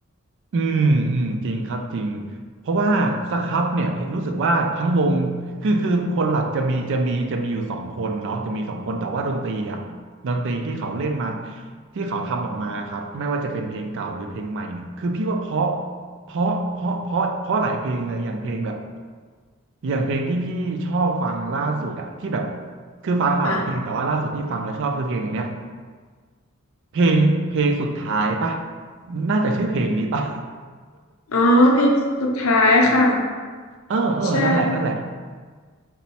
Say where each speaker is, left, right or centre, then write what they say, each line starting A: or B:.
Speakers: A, on the right; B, on the left.
A: อืมอืมจริงครับจริงเพราะว่าสครับเนี่ยเห็นรู้สึกว่าทั้งวงคือคือคนหลักจะมีจะมีจะมีอยู่สองคนเนาะจะมีสองคนแต่ว่าดนตรีอ่ะดนตรีที่เขาเล่นมาที่เขาทำออกมาครับไม่ว่าจะเป็นเพลงเก่าหรือเพลงใหม่เนี่ยคือพี่ว่าเพราะเพราะเพราะเพราะเพราะหลายเพลงเลยอย่างเพลงแบบอย่างเพลงที่พี่ชอบฟังล่าสุดอ่ะที่แบบคือฟังมาหลายเพลงแต่ว่าล่าสุดที่ฟังแล้วชอบคือเพลงอันเนี้ย
B: ค่ะ
A: เพลงเพลงสุดท้ายป่ะน่าจะชื่อเพลงนี้ป่ะ
B: อ๋อเพลงสุดท้ายค่ะ
A: เออเออนั่นแหละนั่นแหละ
B: ใช่